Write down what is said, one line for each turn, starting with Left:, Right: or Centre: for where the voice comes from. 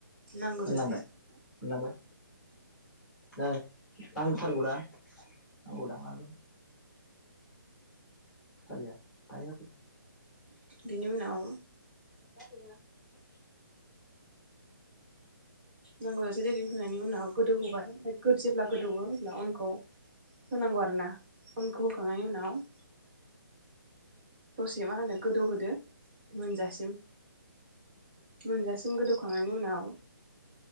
Right: नांगौजासे।
Centre: मोनलांबाय मोनलांबाय नै नांथारगौना नांगौदां लांगोन। खुथा गैया दायो होफै।
Right: बिनि उनाव
Centre: दा होफैगोन आं।
Right: नांगौ जासे दै होनायनि उनाव गोदौहोबाय ओनफाय जेब्ला गोदौवो अब्ला अनखौ होनांगौ आरो ना अनखौ होखांनायनि उनाव दसे मा होनो गोदौहोदो मोनजासिम। मोनजासिम गोदौखांनायनि उनाव